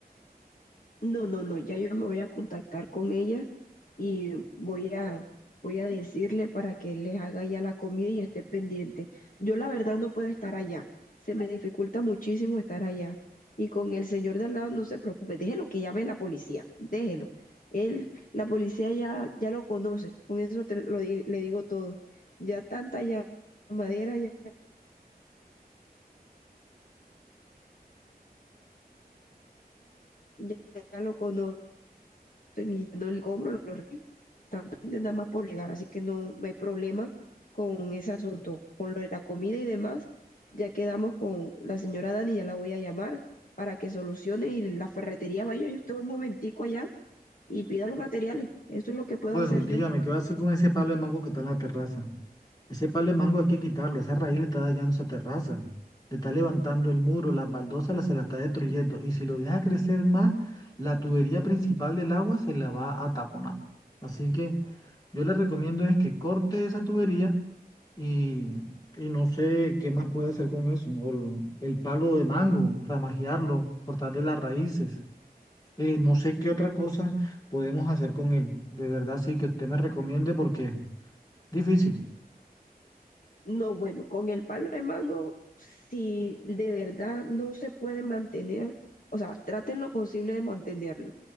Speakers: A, on the left; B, on the left.
A: No, no, no, ya yo me voy a contactar con ella y voy a, voy a decirle para que él les haga ya la comida y esté pendiente. Yo la verdad no puedo estar allá, se me dificulta muchísimo estar allá. Y con el señor de al lado no se preocupe, déjelo que llame la policía, déjelo. Él, la policía ya, ya lo conoce, con eso te lo di- le digo todo. Ya tanta llamadera, ya ya, ya lo conocen y ya no le compro, lo rey, están pendientes nada más por llegar, así que no, no hay problema con ese asunto, con lo de la comida y demás, ya quedamos con la señora Dani, ya la voy a llamar para que solucione y la ferretería vaya, yo estoy un momentico allá y pida los materiales, eso es lo que puedo
B: Bueno,
A: hacer
B: y dígame,
A: yo.
B: ¿qué va a hacer con ese palo de mango que está en la terraza? Ese palo de mango hay que quitarlo, esa raíz le está dañando esa terraza, le está levantando el muro, las baldosas la- se la está destruyendo y si lo deja crecer más, la tubería principal del agua se la va a taponar. Así que yo le recomiendo es que corte esa tubería y, y no sé qué más puede hacer con eso, o el, el palo de mango, ramajearlo, cortarle las raíces. Eh, no sé qué otra cosa podemos hacer con él. De verdad, sí, que usted me recomiende porque difícil.
A: No, bueno, con el palo de mango, si de verdad no se puede mantener, o sea, traten lo posible de mantenerlo.